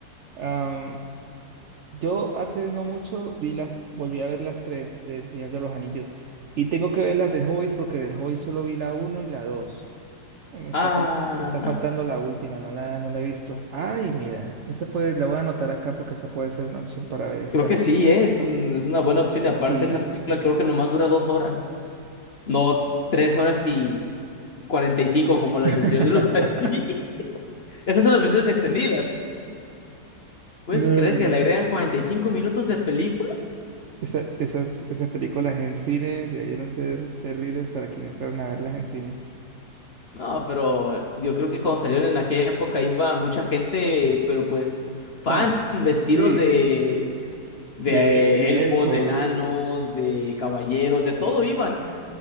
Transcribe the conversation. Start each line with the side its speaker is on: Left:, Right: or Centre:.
Right: Am, yo hace no mucho vi las, volví a ver las tres del Señor de los Anillos. Y tengo que ver las del Hobbit porque del Hobbit solo vi la uno y la dos. Eh, Me está,
Left: Ah,
Right: fal- me está faltando la última, no la, no la he visto. Ay, mira, esa puede, la voy a anotar acá porque esa puede ser una opción para ver esta
Left: creo que
Right: noche.
Left: sí, eh, es un- es una buena opción. Y aparte,
Right: Sí.
Left: esa película creo que nomás dura dos horas. No tres horas y cuarenta y cinco como las
Right: <laughs>
Left: del Señor de los Anillos. <laughs> Esas son las versiones extendidas. ¿Puedes
Right: No.
Left: creer que le agregan 45 minutos de película?
Right: Esa- esas, esas películas en cine debieron ser terribles para quienes fueron a verlas en cine.
Left: No, pero eh, yo creo que cuando salieron en aquella época iba mucha gente, pero pues fan,
Right: Pan,
Left: vestidos
Right: sí,
Left: de, de
Right: de, de
Left: elfos,
Right: elfos
Left: de enanos, de caballeros, de todo iban.